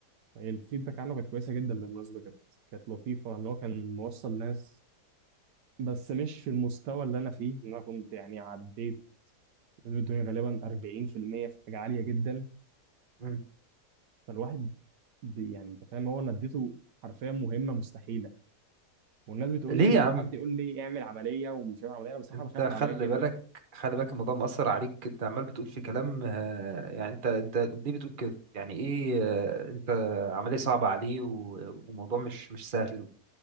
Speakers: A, on the right (about 85°); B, on the right (about 35°).
A: يعني الفيدباك عنه كانت كويسه جدا بالمناسبه كانت كانت لطيفه ان هو كان موصل ناس بس مش في المستوى اللي انا فيه ان انا كنت يعني عديت نسبه دوني غالبا 40% في المية، في حاجه عاليه جدا
B: مم.
A: فالواحد بي- يعني انت فاهم هو انا اديته حرفيا مهمه مستحيله والناس بتقول
B: ليه
A: لي بقى
B: يا عم
A: حد يقول لي اعمل عمليه ومش هعمل عمليه أنا بصراحه
B: انت
A: بخاف
B: خلي
A: من العمليات
B: بالك خلي بالك الموضوع مأثر عليك انت عمال بتقول في كلام آه، يعني انت انت ليه بتقول كده يعني ايه آه، انت عملية صعبة عليه و- وموضوع مش مش سهل